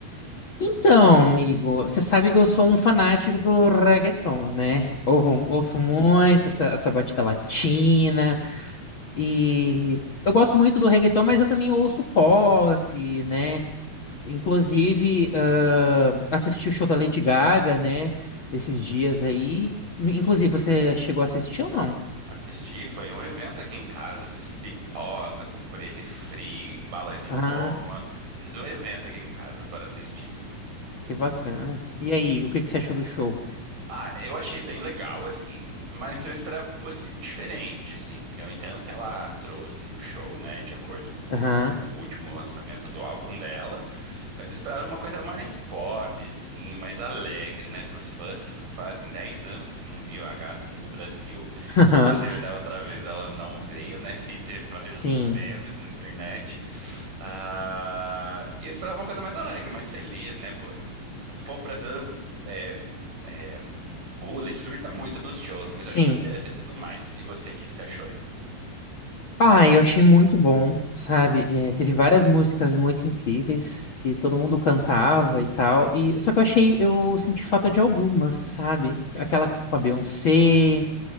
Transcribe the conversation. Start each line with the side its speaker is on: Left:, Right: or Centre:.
Left: então, amigo, você sabe que eu sou um fanático pelo reggaeton, né? Ouvo,
Right: Hum.
Left: ouço muito essa, essa batida latina e eu gosto muito do reggaeton, mas eu também ouço pop, né? Inclusive, ah, assisti o show da Lady Gaga, né? Esses dias aí. Inclusive, você chegou a assistir ou não?
Right: Assisti, foi um evento aqui em casa. Fiz pipoca, comprei refri, bala de
Left: Ah,
Right: goma. Fiz um evento aqui em casa para assistir.
Left: que bacana. E aí, o que que você achou do show?
Right: Ah, eu achei bem legal, assim, mas eu esperava que fosse diferente, assim. Eu entendo que ela trouxe o show, né, de acordo com
Left: Aham.
Right: o último lançamento do álbum dela, mas eu esperava uma coisa mais pop, assim, mais alegre, né, pros fãs que fazem 10 anos que não viam a gata aqui no Brasil,
Left: <laughs>
Right: que inclusive da outra vez ela não veio, né, <laughs> e teve vários
Left: Sim,
Right: memes na internet. Ah, e eu esperava uma coisa mais alegre, mais feliz, né, por... o povo brasileiro. é, é, pula e surta muito nos shows, mas
Left: sim.
Right: eu acho que poderia ter sido mais. E você, o que que você achou?
Left: Ah, eu achei muito bom, sabe? É, teve várias músicas muito incríveis que todo mundo cantava e tal. E só que eu achei, eu senti falta de algumas, sabe? Aquela com a Beyoncé,